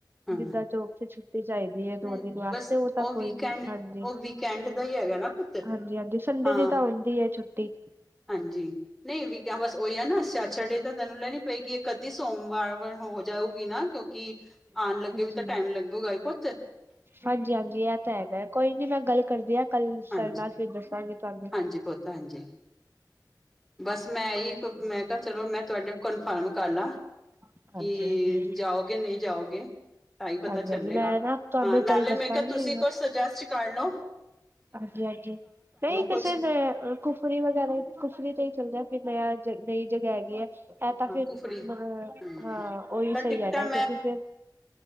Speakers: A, in the centre; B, on the right.
A: ਹਾਂ
B: ਜਿੱਦਾਂ ਜੋਬ ਤੇ ਚਾਈਦੀ ਐ,
A: ਨਹੀਂ
B: ਦੋ ਦਿਨ ਵਾਸਤੇ
A: ਬਸ
B: ਉਹ ਤਾਂ,
A: ਵੀਕਐਂਡ
B: ਕੋਈ ਨੀ ਹਾਂਜੀ
A: ਉਹ ਵੀਕਐਂਡ ਦਾ ਹੀ ਹੈਗਾ ਨਾ ਪੁੱਤ
B: ਹਾਂਜੀ, ਹਾਂਜੀ ਸੰਡੇ
A: ਹਾਂ
B: ਦੀ ਤਾਂ ਉਂਦੀ ਹੈ ਛੁੱਟੀ।
A: ਹਾਂਜੀ। ਨਹੀਂ ਵੀ, ਕ ਬਸ ਉਹੀ ਹੈ ਨਾ ਸੈਚਰਡੇ ਤਾਂ, ਤੈਨੂੰ ਲੈਣੀ ਪਏਗੀ ਇਕ-ਅੱਧੀ ਸੋਮਵਾਰ ਵਰ ਹੋ ਜਾਊਗੀ ਨਾ ਕਿਉਂ ਕਿ, ਆਣ
B: ਹਾਂਜੀ।
A: ਲੱਗੇ ਵੀ ਤਾਂ, ਟਾਈਮ ਲੱਗੁਗਾ ਹੀ ਪੁੱਤ!
B: ਹਾਂਜੀ-ਹਾਂਜੀ ਐ, ਤਾਂ ਹੈਗਾ ਕੋਈ ਨੀ ''ਮੈਂ ਗੱਲ ਕਰਦੀ ਆ ਕਲ ਸਰ
A: ਹਾਂਜੀ
B: ਨਾਲ, ਫਿਰ ਦੱਸਾਂਗੇ ਤੁਹਾਨੂੰ।
A: ਹਾਂਜੀ ਪੁੱਤ ਹਾਂਜੀ ਬਸ ''ਮੈਂ ਇਈ ਮੈਂ, ਕਿਹਾ ਚਲੋ, ਮੈਂ ਤੁਹਾਡੇ ਕਨਫਰਮ ਕਰਲਾ।
B: ਹਾਂਜੀ-ਹਾਂਜੀ-ਹਾਂਜੀ
A: ਕਿ ਜਾਓਗੇ, ਨਹੀਂ ਜਾਓਗੇ? ਤਾ, ਹੀ ਪਤਾ
B: ਹਾਂਜੀ-ਹਾਂਜੀ
A: ਚੱਲੇਗਾ।
B: ਮੈਂ ਨਾ ਤੁਹਾਨੂੰ
A: ਹਾਂ, ਨਾਲੇ
B: ਕੱਲ ਦੱਸਾਂਗੀ
A: ''ਮੈਂ ਕਿਆ ਤੁਸੀ ਕੁਛ ਸਜੈਸਟ ਕਰਲੋ।
B: ਹਾਂਜੀ -ਹਾਂਜੀ। ਨਹੀਂ ਕਿਸੇ
A: ਕੁਛ
B: ਨੇ ਕੁਫਰੀ ਵਗੈਰਾ, ਕੁਫਰੀ ਤੇ, ਹੀ ਚੱਲਦਾ ਫਿਰ ਨਯ, ਨਈ ਜਗ੍ਹਾ ਹੈਗੀਆ। ਐ,
A: ਹਾਂ,
B: ਤਾ, ਫਿਰ,
A: ਕੁਫਰੀ ਹਾਂਜੀ
B: ਹਾਂ-ਹਾਂ। ਉਹੀ,
A: ਤਾਂ
B: ਸਹੀ
A: ਟਿਕਟਾਂ
B: ਹੈਗਾ ਕਿਉਂਕਿ, ਫਿਰ